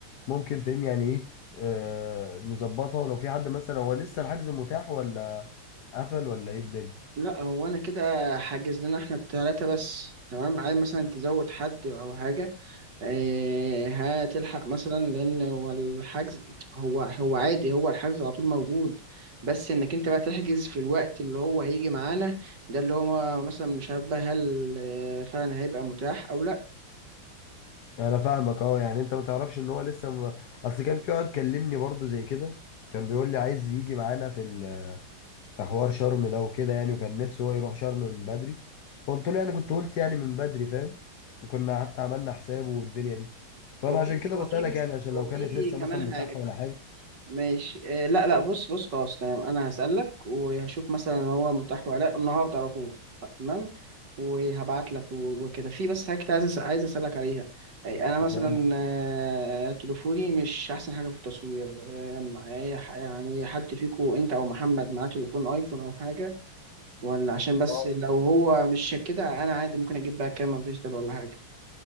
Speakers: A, on the left; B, on the right.
A: ممكن فاهمني يعني إيه آه نظبطها ولو في حد مثلا هو لسه الحجز متاح ولا قفل ولا إيه الدنيا؟
B: لا هو انا كده حاجز لنا احنا التلاتة بس تمام عايز مثلا تزود حد او حاجه آه، هتلحق مثلا لان هو الحجز هو هو عادي هو الحجز على طول موجود بس انك انت بقى تحجز في الوقت اللي هو هيجي معانا ده اللي هو مثلا مش عارف بقى هل آه، فعلا هيبقى متاح او لا
A: انا فاهمك اه يعني انت ما تعرفش ان هو لسه م... اصل كان في واحد كلمني برضو زي كده كان بيقول لي عايز يجي معانا في ال... في حوار شرم ده وكده يعني وكان نفسه هو يروح شرم من بدري فقلت له يعني كنت قلت يعني من بدري فاهم كنا حتى عملنا حسابه والدنيا دي فانا
B: هو في
A: عشان كده
B: هو
A: بسألك
B: في بس
A: يعني عشان
B: هو
A: لو
B: في
A: كانت لسه
B: كمان
A: مثلا متاحة
B: حاجه
A: ولا حاجة
B: ماشي آه، لا لا بص بص خلاص تمام انا هسألك وهشوف مثلا هو متاح ولا لا النهارده على طول تمام وهبعت لك و- وكده في بس حاجة كنت عايز أس- عايز اسألك عليها أي انا
A: بس
B: مثلا
A: أنا-
B: آه، تليفوني مش احسن حاجة في التصوير آه، أي ح- يعني حد فيكو انت او محمد معاه تليفون ايفون او حاجة ولا عشان بس
A: اه
B: لو هو مش كده انا عادي ممكن اجيب بقى كاميرا ديجيتال ولا حاجة